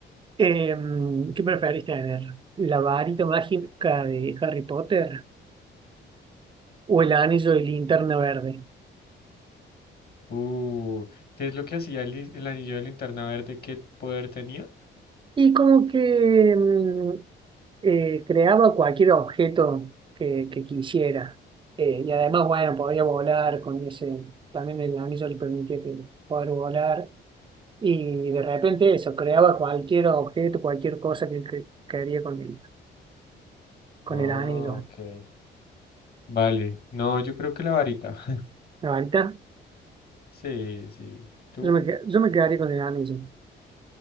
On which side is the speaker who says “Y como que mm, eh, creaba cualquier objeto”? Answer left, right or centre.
Right